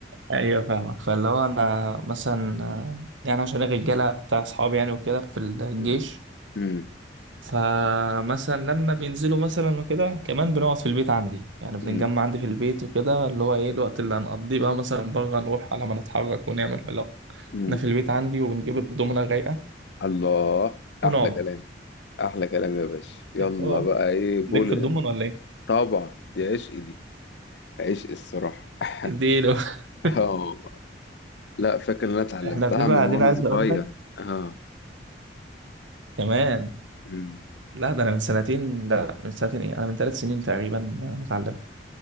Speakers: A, on the right; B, on the left.
A: ايوه فاهمك فاللي هو انا مثلا آه، يعني عشان الرجاله بتاع اصحابي يعني وكده في الجيش
B: مم. مم.
A: فمثلا لما بينزلوا مثلا وكده كمان بنقعد في البيت عندي يعني بنتجمع
B: مم.
A: عندي في البيت وكده اللي هو ايه الوقت اللي هنقضيه بقى مثلا بره نروح على ما نتحرك ونعمل لا
B: مم.
A: احنا في البيت عندي وبنجيب الدومنة رايقة
B: الله
A: ونقعد
B: احلى كلام احلى كلام يا باشا يلا
A: اه
B: بقى ايه بول
A: ليك في الضمن ولا ايه؟
B: طبعا دي عشق دي عشق الصراحه <laughs>
A: اديله <laughs>
B: اه لا فاكر ان انا اتعلمتها
A: احنا بنبقى
B: من
A: قاعدين
B: وانا
A: عايز
B: صغير
A: اقول لك
B: اه
A: كمان
B: أمم.
A: لا ده انا من سنتين لا من سنتين ايه انا من ثلاث سنين تقريبا متعلمه